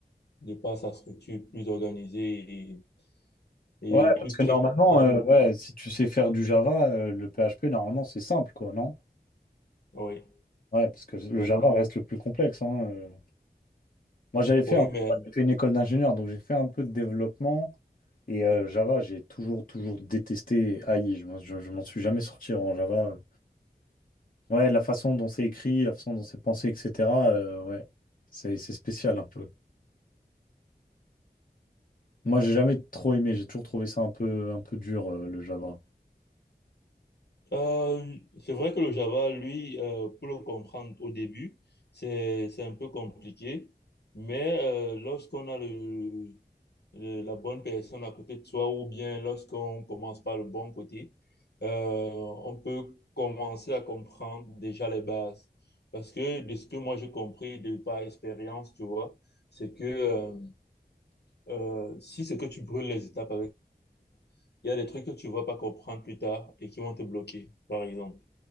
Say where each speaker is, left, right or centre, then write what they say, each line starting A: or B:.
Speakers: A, on the left; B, on the left.
A: de par sa structure plus organisée et et
B: Ouais,
A: plus
B: parce
A: strict
B: que normalement,
A: en termes
B: euh,
A: de...
B: ouais, si tu sais faire du Java, euh, le PHP, normalement, c'est simple, quoi, non?
A: Oui,
B: Ouais, parce que le
A: oui,
B: Java reste le plus complexe. hein, euh. Moi, j'avais fait,
A: oui,
B: en fait,
A: mais
B: moi, j'ai fait une école d'ingénieur, donc j'ai fait un peu de développement. Et euh, Java, j'ai toujours, toujours détesté AI. Je m'en je- je m'en suis jamais sorti en Java. Ouais, la façon dont c'est écrit, la façon dont c'est pensé, etc. euh, ouais, c'est c'est spécial un peu. Moi, j'ai jamais trop aimé. J'ai toujours trouvé ça un peu un peu dur euh, le Java.
A: euh, c'est vrai que le Java, lui, euh, pour le comprendre au début, c'est, c'est un peu compliqué, mais euh, lorsqu'on a le, le- la bonne personne à côté de soi ou bien lorsqu'on commence par le bon côté, euh, on peut commencer à comprendre déjà les bases. Parce que de ce que moi j'ai compris de par expérience, tu vois, c'est que euh, euh, si c'est que tu brûles les étapes avec Il y a des trucs que tu vas pas comprendre plus tard et qui vont te bloquer, par exemple.